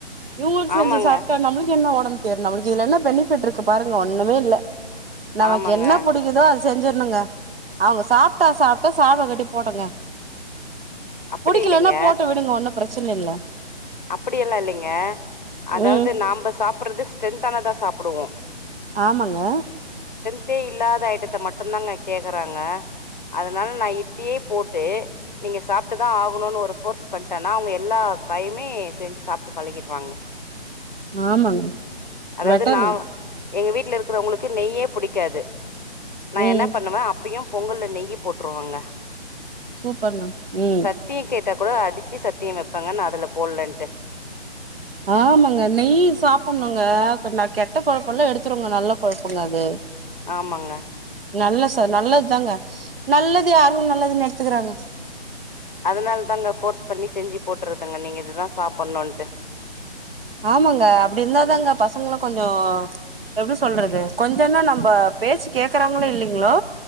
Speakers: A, on the right; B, on the left.
A: இவங்களுக்கு
B: ஆமாங்க,
A: செஞ்சு சாப்ட்டா நம்மளுக்கு என்ன ஒடம்பு தேரு நம்மளுக்கு இதுல என்ன பெனிபிட் இருக் கு பாருங்க ஒண்ணுமே இல்ல நமக்கு
B: ஆமாங்க.
A: என்ன புடிக்குதோ அது செஞ்சுரனுங்க அவங்க சாப்ட்டா சாப்ட்டு சாப்டாகாட்டி போட்டுங்க
B: அப்படி
A: புடிக்கலன்னா
B: இல்லிங்க
A: போட்டு விடுங்க ஒண்ணும் பிரச்சன இல்ல
B: அப்படியெல்லா இல்லைங்க அதாவது
A: ம்
B: நாம்ப சாப்படுறது தென்தலதா சாப்புடுவோம்
A: ஆமாங்க
B: த்தே இல்லாத ஐட்டத்த மட்டுந்தாங்க கேக்கறாங்க அதனால நா இத்தியே போட்டு நீங்க சாப் ட்டுதா ஆகணுன்னு ஒரு போர்ஸ் பண்ணிட்டனா அவங்க எல்லா காயும் மே செஞ் சாப்ட்டு பழகிடுவாங்க
A: ஆமாங்க
B: அதாவது
A: வெட்டருங்
B: நான் எங்க வீட்டுல இருக்கிறவங்களுக்கு நெய்யே புடிக்காது நா
A: ம்
B: என்ன பண்ணுவே யும் பொங்கல்ல நெயி போட்டுருவங்க
A: சூப் பண்லாம் ம்
B: சத்தியம் கேட்டா கூட அடிச்சு சத்திய வைப்பங்கன அதுல போல்லண்டு
A: ஆமாங்க நெய் சாப்ணுங்க ந பட் கெட்ட கொழுப்பெல்லா எடுத்துடுங்க நல்ல கொழுப்புங்க அது
B: ஆமாங்க
A: நல்ல சார் நல்லது தாங்க நல்லது யாருக்கு நல்லதுன்னு எடுத்துக்கறாங்க
B: அதனால தாங்க போர்ஸ் பண்ணி செஞ்சு போட்டுறதுங்க நீங்க இதுதா சாப்ணுன்ட்டு
A: ஆமாங்க அப்டி இருந்தாதாங்க பசங்களு கொஞ்ச எப்டி சொல்றது கொஞ்சனா நம்ம பேச்ச கேக்கரங்களோ இல்லின்லோ